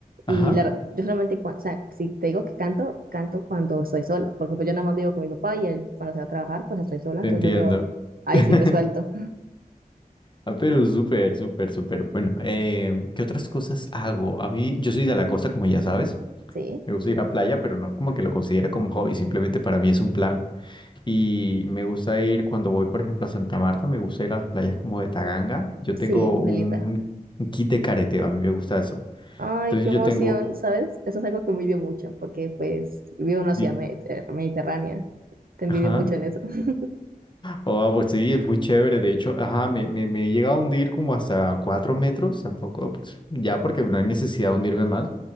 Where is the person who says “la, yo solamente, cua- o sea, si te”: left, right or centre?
Right